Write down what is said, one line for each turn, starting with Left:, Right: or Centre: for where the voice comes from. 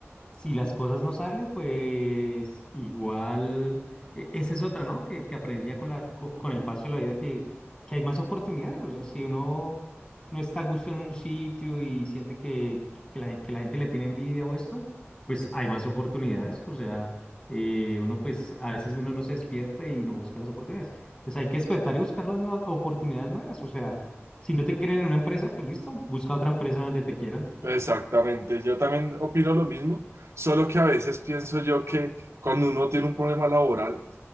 Left: si las cosas no salen, pues igual, e- esa es otra, ¿no? Que, que aprendí ya con la, co- con el paso de la vida que, que hay más oportunidades. O sea, si uno no está a gusto en un sitio y siente que, que la, que la gente le tiene envidia o esto, pues hay más oportunidades. O sea, eh, uno pues a veces uno no se despierta y no busca las oportunidades. Pues hay que despertar y buscar las nue- oportunidades nuevas. O sea, si no te quieren en una empresa, pues listo, busca otra empresa donde te quieran.
Right: exactamente. Yo también opino lo mismo, solo que a veces pienso yo que cuando uno tiene un problema laboral,